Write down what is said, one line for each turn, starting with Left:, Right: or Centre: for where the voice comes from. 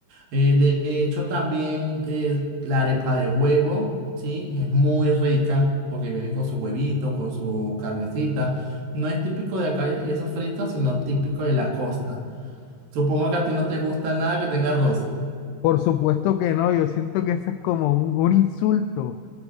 Right: Eh, de hecho, también eh, la arepa de huevo, ¿sí? Es muy rica porque viene con su huevito, con su carnecita. No es típico de acá eso frito, sino típico de la costa. Supongo que a ti no te gusta nada que tenga arroz.
Left: Por supuesto que no, yo siento que eso es como un, un insulto.